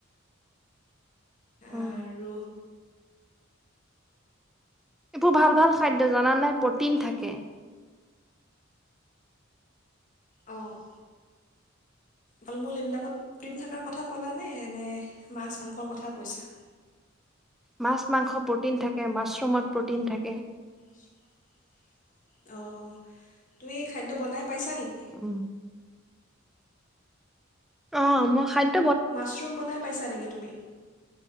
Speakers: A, in the centre; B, on the left (about 40°).
A: অ'।
B: আৰু
A: এইবোৰ ভাল ভাল খাদ্য জানানে? প্ৰটিন থাকে।
B: অ'। তাল মূল এইবিলাকত প্ৰিণ্ট থাকাৰ কথা ক'লানে নে মাছ মাংসৰ কথা কৈছা?
A: মাছ মাংস প্ৰটিন থাকে, মাছৰুমত প্ৰটিন থাকে।
B: <inaudible> অ' তুমি খাদ্য বনাই পাইছা নেকি?
A: <inaudible> অ' মই খাদ্
B: মাছৰুম বনাই পাইছা নেকি তুমি?